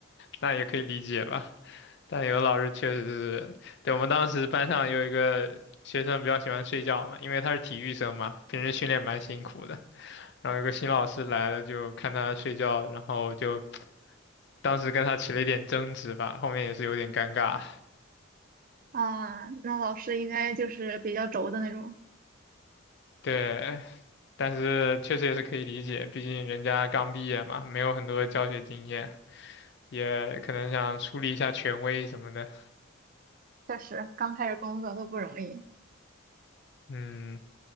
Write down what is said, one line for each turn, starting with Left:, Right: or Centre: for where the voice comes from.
Left: 那也可以理解吧。但有的老师确实是，对，我们当时班上有一个学生比较喜欢睡觉嘛，因为他是体育生嘛，平时训练蛮辛苦的。然后有个新老师来了，就看他睡觉，然后就当时跟他起了一点争执吧，后面也是有点尴尬。
Right: 啊、那老师应该就是比较轴的那种，
Left: 对，但是确实也是可以理解，毕竟人家刚毕业嘛，没有很多教学经验，也可能想树立一下权威什么的。
Right: 确实刚开始工作都不容易。
Left: 嗯，